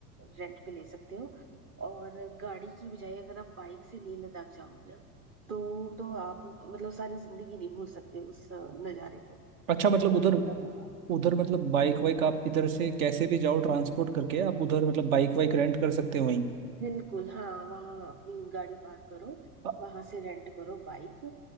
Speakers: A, on the right; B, on the right.
A: रेंट पे ले सकते हो और गाड़ी की बजाय अगर आप बाइक से लेह लद्दाख जाओ ना तो तो आप मतलब सारी जिंदगी नहीं भूल सकते उस अ, नज़ारे को
B: अच्छा मतलब
A: इतना
B: उधर
A: सुंदर होगा
B: उधर मतलब बाइक वाइक आप इधर से कैसे भी जाओ ट्रांसपोर्ट करके आप उधर मतलब बाइक वाइक रेंट कर सकते हो वहीं
A: बिल्कुल हाँ वहाँ अपनी गाड़ी पार्क करो
B: अ,
A: वहां से रेंट करो बाइक